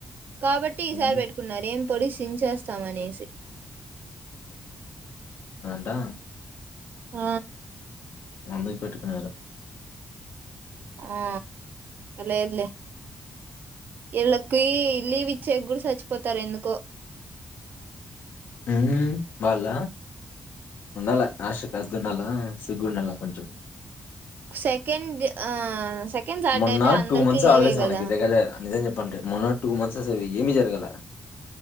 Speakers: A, on the right; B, on the left.
A: కాబట్టి ఈసారి
B: హ్మ్
A: పెట్టుకున్నారు ఏం పొడిచి చిం చేేస్తాం అనేసి
B: ద
A: ఆ
B: అందుకు పెట్టుకున్నారు
A: ఆ లేదులే ఈళ్ళకి లీవిచ్చాక గూడ చచ్చిపోతారు ఎందుకో
B: హ్మ్ వాళ్ళ ఉండాలా ఆశకి హద్దుండాలా సిగ్గుండాలా కొంచెం
A: సెకండ్ ఆ సెకండ్ సాటర్డే
B: మొన్న
A: అంటే అందరికి
B: టూ మంత్స్
A: లీవే
B: హాలీడేసే మనకి
A: కదా
B: దగ్గర దగ్గర నిజం చెప్ అంటే మొన్న టూ మంత్స్ అసలు ఏమి జరగాలే.